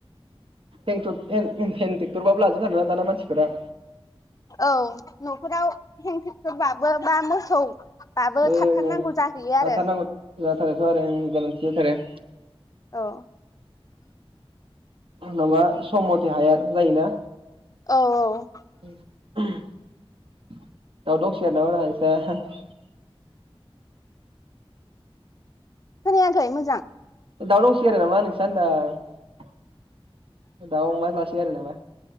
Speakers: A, on the right; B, on the left.
A: हेन टेक हेन टेक्टरबाबो लाजोबो आरोना दाना मानसिफोरा
B: औ न'खराव हेन टेक्टरबा बाबो बा मोसौ बाबो
A: ए
B: थाथारनांगौ
A: जाथार
B: जाहैयो आरो
A: नांगौ जाथारो थ आरो ओं गोनांथि जाथारो
B: औ
A: माबा सम मथे हाया जायोना
B: औ औ
A: <unintelligible> दाव दंसोगारोनामा ब्रा नोंसा <unintelligible>
B: खोनायाखै मोजां
A: दाव दंसोगारोनामा नोंसा होन ओं दाव अमा लासोगारो नामा